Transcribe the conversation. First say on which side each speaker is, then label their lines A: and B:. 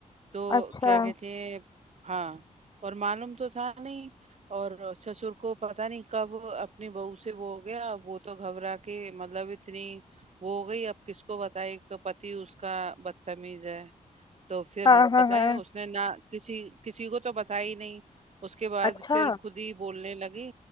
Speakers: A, on the right; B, on the left.
A: तो
B: अच्छा
A: क्या कहते हैं हाँ और मालूम तो था नहीं और ससुर को पता नहीं कब अपनी बहू से वो हो गया वो तो घबरा के मतलब इतनी वो हो गई अब किसको बताए एक तो पति उसका बदतमीज है तो फिर
B: हाँ हाँ
A: पता
B: हाँ
A: है उसने ना किसी किसी को तो बताया ही नहीं उसके बाद
B: अच्छा
A: फिर खुद ही बोलने लगी